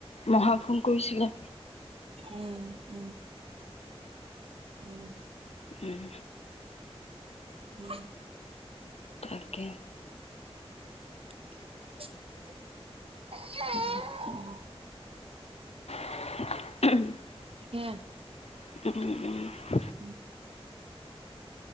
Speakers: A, on the left (about 80°); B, on the right (about 60°).
A: মহা ফোন কৰিছিলে।
B: উম উম। উম।
A: উম।
B: উম।
A: তাকে।
B: <unintelligible> <unintelligible>
A: উম, <unintelligible>
B: <unintelligible>
A: উম <unintelligible> উম।
B: উম।